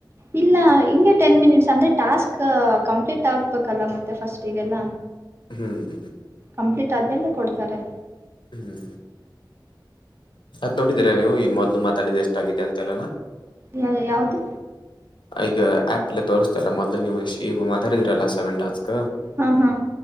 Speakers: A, on the right (about 30°); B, on the left (about 75°).
A: ಇಲ್ಲ ಹಿಂಗೆ ಟೆನ್ ಮಿನಿಟ್ಸ್ ಅಂದ್ರೆ ಟಾಸ್ಕ್ ಕಂಪ್ಲೀಟ್ ಆಗ್ಬೇಕಲ್ಲ ಮತ್ತೆ ಫಸ್ಟಿಗೆಲ್ಲ.
B: ಹ್ಮ್ <unintelligible>
A: ಕಂಪ್ಲೀಟ್ ಆದ್ಮಲ್ಲೇ ಕೊಡ್ತಾರೆ.
B: ಹ್ಮ್ ಅದ್ ನೋಡಿದೀರಾ ನೀವು ಈ ಮೊದ್ಲು ಮಾತಾಡಿದ ಎಷ್ಟ ಆಗಿದೆ ಅಂತ ಎಲ್ಲ
A: ಯ ಯಾವುದು
B: ಈಗ ಆಪ್ ನಲ್ಲಿ ತೋರ್ಸ್ತಾಲ್ಲ ಮೊದ್ ನೀವು ಈ ಮಾತಾಡಿದೀರಲ್ಲ ಸೆವೆನ್ ಟಾಸ್ಕ್.
A: ಹ್ಮ್ ಹ್ಮ್